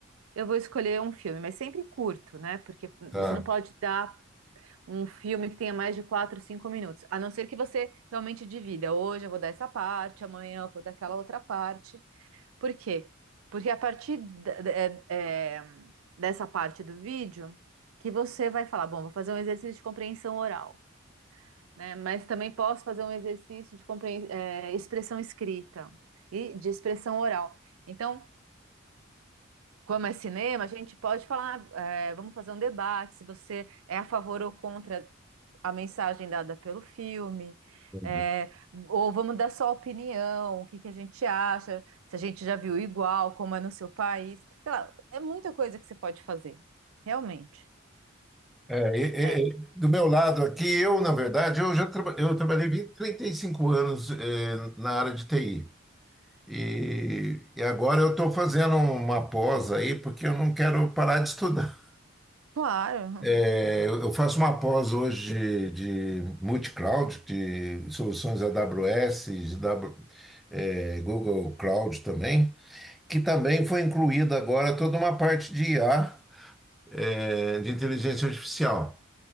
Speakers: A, on the right; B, in the centre.
A: eu vou escolher um filme, mas sempre curto, né? Porque
B: Tá.
A: você não pode dar um filme que tenha mais de 4, 5 minutos. A não ser que você realmente divida. Hoje eu vou dar essa parte, amanhã eu vou dar aquela outra parte. Por quê? Porque a partir da- da- é- é, dessa parte do vídeo que você vai falar, bom, vou fazer um exercício de compreensão oral, né? Mas também posso fazer um exercício de compre- é, expressão escrita e de expressão oral. Então, como é cinema, a gente pode falar, é, vamos fazer um debate se você é a favor ou contra a mensagem dada pelo filme,
B: Entendi.
A: é, ou vamos dar só opinião, o que que a gente acha, se a gente já viu igual, como é no seu país, sei lá, é muita coisa que você pode fazer, realmente,
B: É, e-
A: né?
B: e- e, do meu lado aqui, eu, na verdade, eu já traba- eu trabalhei 20, 35 anos, eh, na área de TI. E, e agora eu estou fazendo uma pós aí, porque eu não quero parar de estudar.
A: Claro. uhum.
B: É, eu eu faço uma pós hoje de, de multi-cloud, de soluções AWS, de W- é, Google Cloud também, que também foi incluída agora toda uma parte de IA, é, de inteligência artificial.